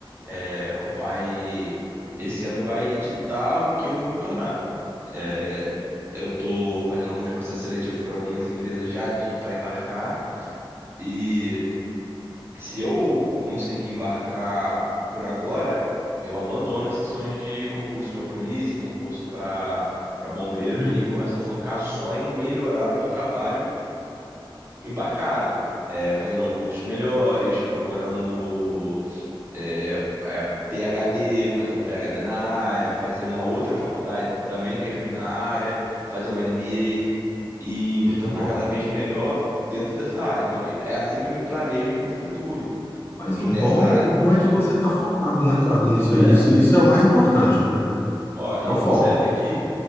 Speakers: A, on the right; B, on the left.
A: É, vai. Esse ano vai ditar o que eu vou me tornar. É, eu tô fazendo alguns processos seletivos para algumas empresas já de para embarcar. E se eu conseguir embarcar por agora, eu abandono esse sonho de concurso para polícia, concurso para para bombeiro
B: Uhum.
A: e começo a focar só em melhorar o meu trabalho embarcado, é, fazendo cursos melhores, procurando é, é, PhD, fazer um PhD na área, fazer uma outra faculdade também que ajude na área, fazer um MBA e me
B: Muito
A: tornar
B: bom.
A: cada vez melhor dentro dessa área. Então, é assim que eu me planejo para o futuro,
B: Mas
A: nessa
B: o bom,
A: área.
B: o bom é que você tá focado, né, cara, nisso
A: É,
B: aí. Isso, isso é o mais importante, viu?
A: ó, e
B: É
A: eu
B: o foco.
A: vou saindo aqui